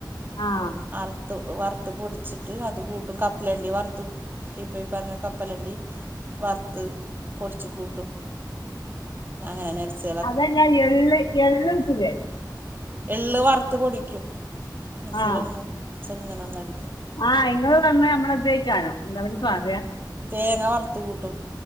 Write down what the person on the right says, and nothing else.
വറുത്ത് വറുത്ത് പൊടിച്ചിട്ട് അത് കൂട്ടും. കപ്പലേണ്ടി വറുത്ത് ഇപ്പ ഈ പറഞ്ഞ കപ്പലണ്ടി വറുത്ത് പൊടിച്ചു കൂട്ടും അങ്ങനെ നെട്ട്സ്
എള് വറുത്ത് പൊടിക്കും. മിക്സിയിലൊന്ന്
ചെറുങ്ങനെ ഒന്ന അടിക്കും.
തേങ്ങ വറുത്തു കൂട്ടും.